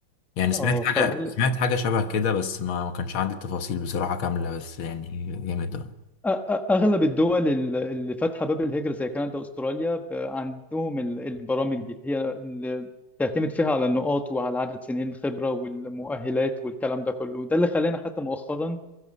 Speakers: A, on the left; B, in the centre.
A: يعني
B: اه
A: سمعت حاجة
B: فده
A: سمعت حاجة شبه كده بس ما ما كانش عندي التفاصيل بصراحة كاملة بس يعني جامد ده
B: أ- أ- اغلب الدول ال- اللي فاتحه باب الهجره زي كندا واستراليا ب- عندهم ال- البرامج دي اللي هي اللي بتعتمد فيها على النقاط وعلى عدد سنين خبره والمؤهلات والكلام ده كله ده اللي خلاني حتى مؤخرا